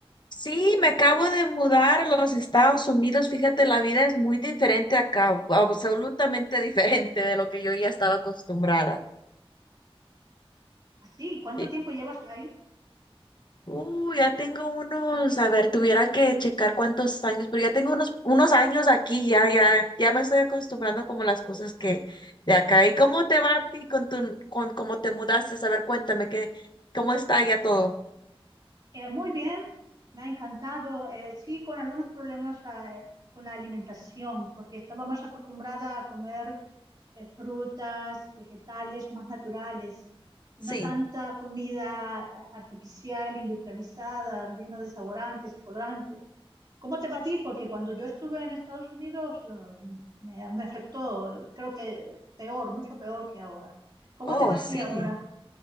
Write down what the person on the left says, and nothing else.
Sí, me acabo de mudar a los Estados Unidos. Fíjate, la vida es muy diferente acá, absolutamente <laughs> diferente de lo que yo ya estaba acostumbrada.
Y
Uh, ya tengo unos, a ver, tuviera que checar cuántos años, pero ya tengo unos, unos años aquí, ya, ya, ya me estoy acostumbrando como a las cosas que de acá. ¿Y cómo te va a ti con tu, con cómo te mudaste? A ver, cuéntame que, cómo está ya todo.
Sí.
Oh,
sí.